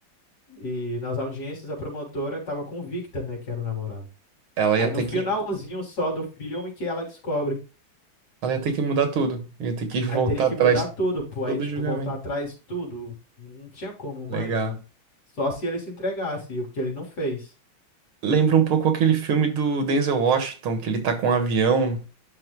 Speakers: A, on the left (about 50°); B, on the right (about 85°).
A: E nas audiências a promotora estava convicta, né, que era o namorado.
B: Ela
A: Aí
B: ia
A: no
B: ter
A: finalzinho
B: que,
A: só do filme que ela descobre
B: ela ia ter que mudar tudo. Ia ter que <laughs> voltar
A: Aí teria que
B: atrás
A: mudar
B: de
A: tudo, pô.
B: todo
A: Aí, tipo,
B: o julgamento.
A: voltar atrás, tudo. Não tinha como mais.
B: Legal.
A: Só se ele se entregasse, o que ele não fez.
B: Lembra um pouco aquele filme do Denzel Washington, que ele tá com um avião